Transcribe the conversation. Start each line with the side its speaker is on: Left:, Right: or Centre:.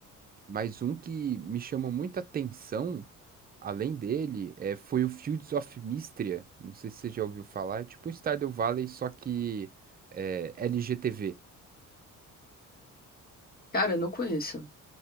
Right: mais um que me chamou muita atenção, além dele, é, foi o Fields of Mistria. Não sei se você já ouviu falar. É tipo um Stardew Valley, só que é, LGTV.
Left: Cara, eu não conheço.